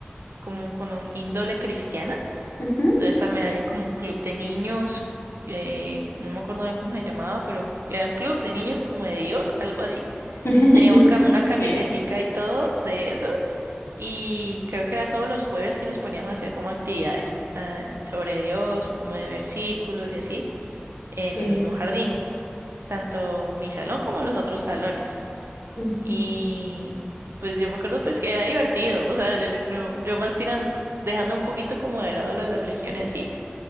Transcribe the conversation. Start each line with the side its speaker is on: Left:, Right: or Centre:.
Right: como con un índole cristiana.
Left: ujú.
Right: Entonces también había como un club de niños, eh, no me acuerdo bien cómo se llamaba, pero era un club de niños como de Dios, algo así.
Left: <laughs>
Right: Teníamos cam-
Left: Ok,
Right: una camisetica y todo de eso. Y creo que era todos los jueves que nos poníamos a hacer como actividades ah, sobre Dios o como de versículos y así en
Left: sí.
Right: el mismo jardín, tanto mi salón como los otros salones.
Left: ujú,
Right: Y pues yo me acuerdo pues que era divertido, o sea, yo, no- yo más tiran, dejando un poquito como de lado lo de la religión y así,